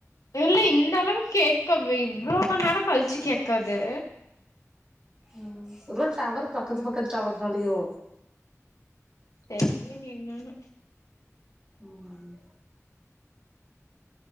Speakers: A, on the left (about 80°); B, on the right (about 15°).
A: இல்ல இந்த அளவுக்கு கேக்க இவ்ளோ நேரம் கழிச்சு கேக்காது
B: ம் ஒரு வேல டவர் பக்கத்து பக்கத்து டவர் நாலயோ
A: தெரியலாங்க என்னனு
B: ம்